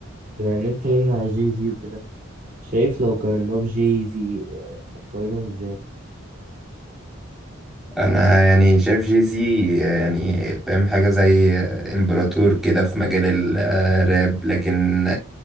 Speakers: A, on the right; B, in the centre.
A: بما إننا اتكلمنا على جي زي وكده شايف لو قارناه بجي زي آه، هتقارنه ازاي؟
B: انا يعني شايف جيزي يعني فاهم حاجة زي امبراطور كده في مجال ال- آه، الراب لكن